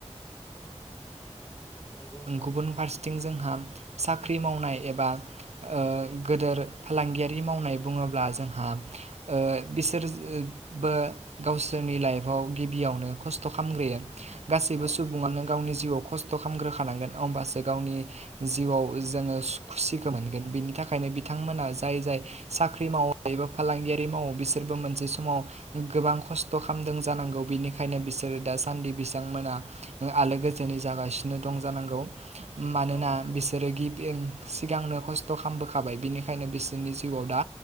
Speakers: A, on the left (about 15°); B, on the right (about 70°).
A: नंगौ नोंथां
B: गुबुन फारसेथिं जोंहा साख्रि मावनाय एबा ओ गोदोर फालांगियारि मावनाय बुङोब्ला जोंहा ओ बिसोरजबो गावसोरनि लाइफआव गिबियावनो खस्थ' खामग्रोयो। गासैबो
A: औ
B: सुबुङानो गावनि जिउआव खस्थ' खामग्रोखानांगोन अमबासो गावनि जिउआव जोङो सु खुसिखौ मोनगोन बिनि थाखायनो बिथांमोना जाय जाय साख्रि मावो एबा फालांगियारि मावो बिसोरबो मोनसे समाव गोबां खस्थ' खामदों जानांगौ बिनिखायनो बिसोरो दासान्दि बिसांमोना आलो गोजोनै जागासिनो दं जानांगौ। मानोना
A: औ नंगौ
B: बिसोरो गिबि ओं सिगांनो खस्थ' खालामबोखाबाय बिनिखायनो बिसोरनि जिउआव दा